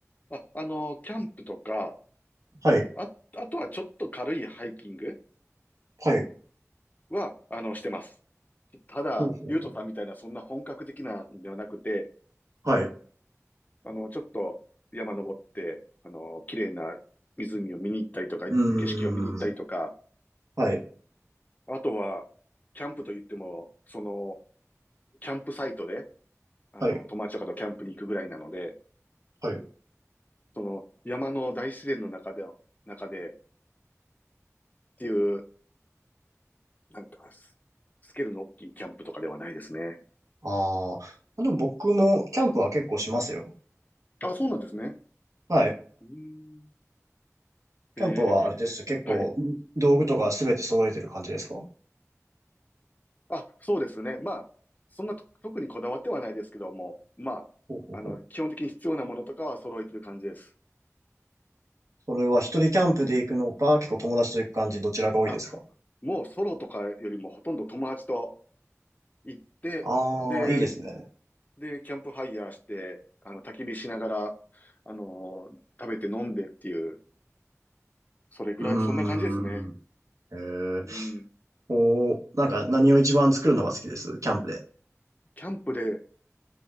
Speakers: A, on the left (about 30°); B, on the right (about 75°).
A: あ、あのー、キャンプとか、
B: はい。
A: あ、あとはちょっと軽いハイキング
B: はい。
A: は、あの、してます。ただ、
B: はい。
A: ゆうとさんみたいな、そんな本格的なんではなくて、
B: はい
A: あの、ちょっと山登って、あの、綺麗な湖を見に行ったりとか、
B: うーん。
A: 景色を見に行ったりとか、
B: はい。
A: あとは、キャンプと言っても、その、キャンプサイトで、あの、
B: はい。
A: 友達とかとキャンプに行くぐらいなので、
B: はい。
A: その、山の大自然の中で、中で、っていう、なんかス、スケールの大きいキャンプとかではないですね。
B: あーあ、でも僕もキャンプは結構しますよ。
A: あ、そうなんですね。
B: はい。
A: うーん。えー
B: キャンプはあれです。結構、
A: はい。
B: 道具とかすべて揃えてる感じですかほ
A: あ、そうですね。まあ、そんなと特にこだわってはないですけども、まあ、
B: うほうほう。
A: あの、基本的に必要なものとかは揃えてる感じです。
B: それは一人キャンプで行くのか、結構友達と行く感じ、どちらが多いですか
A: あ、もうソロとかよりもほとんど友達と行って、
B: ああー、
A: で、
B: いいですね。
A: で、キャンプファイヤーして、あの、焚き火しながら、あの食べて飲んでっていう、それぐらい、
B: う
A: そんな感じですね。
B: ーん。えー、
A: うん。
B: こう、なんか何を一番作るのが好きです。キャンプで。
A: キャンプで、